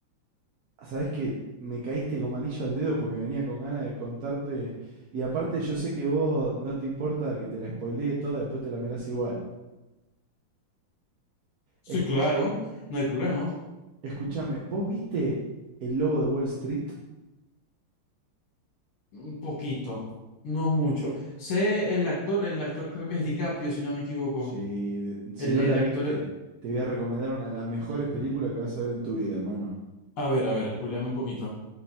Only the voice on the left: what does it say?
Sí,
claro, no hay problema.
Un poquito, no mucho. Sé el actor, el actor creo que es DiCaprio, si no me equivoco.
El,
el
actor...
A ver, a ver, spoileame un poquito.